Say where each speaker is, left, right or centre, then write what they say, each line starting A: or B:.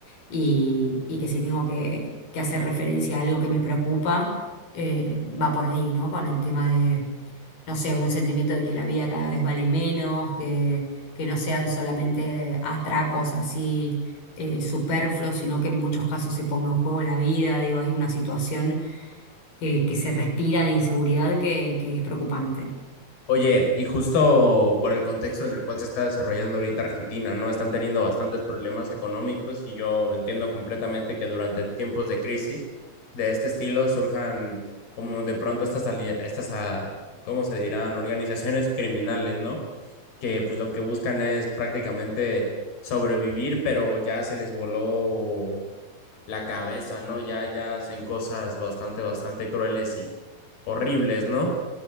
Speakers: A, on the left (about 60°); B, on the left (about 90°).
A: y, y que si tengo que, que hacer referencia a algo que me preocupa, eh, va por ahí, ¿no? Con el tema de no sé, un sentimiento de que la vida cada vez vale menos, que, que no sean solamente atracos así eh, superfluos, sino que en muchos casos se ponga en juego la vida. Digo, hay una situación eh, que se respira de inseguridad que, que es preocupante.
B: Oye, y justo por el contexto en el cual se está desarrollando ahorita Argentina, ¿no? Están teniendo bastantes problemas económicos y yo entiendo completamente que durante tiempos de crisis de este estilo surjan como de pronto estas, ali- estas ah, ¿cómo se dirán? Organizaciones criminales, ¿no? Que pues lo que buscan es prácticamente sobrevivir, pero ya se les voló la cabeza, ¿no? Ya, ya hacen cosas bastante, bastante crueles y horribles, ¿no?